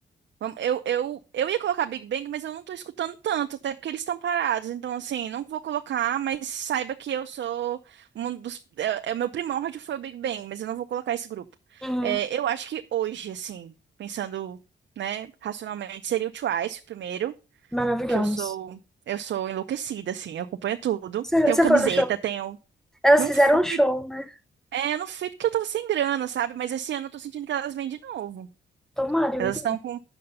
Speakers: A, on the right; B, in the centre.
A: Vamos- Eu, eu, eu ia colocar Big Bang, mas eu não tô escutando tanto, até porque eles estão parados. Então, assim, não vou colocar, mas saiba que eu sou um dos. É, é o meu primórdio foi o Big Bang, mas eu não vou colocar esse grupo.
B: uhum.
A: É, eu acho que hoje, assim, pensando, né, racionalmente, seria o Twice o primeiro,
B: Maravilhosos.
A: que eu sou. Eu sou enlouquecida, assim, eu acompanho tudo.
B: Você
A: Tenho
B: você
A: camiseta,
B: foi no show?
A: tenho.
B: Elas
A: Não
B: fizeram
A: fui.
B: um show, né?
A: É, eu não fui porque eu tava sem grana, sabe? Mas esse ano eu tô sentindo que elas vêm de novo.
B: Tomara, eu
A: Elas
B: iria.
A: estão com.